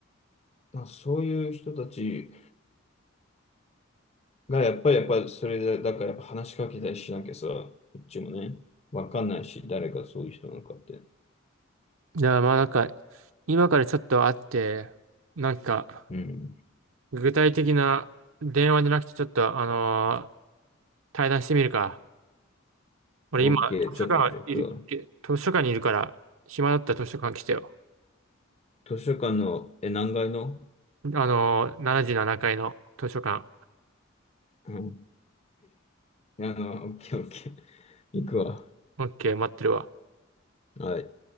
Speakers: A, on the left; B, on the right.
A: まあ、そういう人たちが、やっぱり、やっぱり、それで、だからやっぱ話しかけたりしなきゃさ、こっちもね、わかんないし、誰がそういう人なのかって。
B: だからまあなんか、今からちょっと会って、なんか、
A: うん。
B: 具体的な電話じゃなくてちょっと、あのー対談してみるか。俺今、
A: オッケー、
B: 図書館いる、
A: ちょっとじゃあ行くわ。
B: え図書館にいるから、暇だったら図書館来てよ。
A: 図書館の、え、何階の
B: あのー、時7階の図書館。
A: うん。あの、オッケーオッケー。行くわ。
B: オッケー、待ってるわ。
A: はい。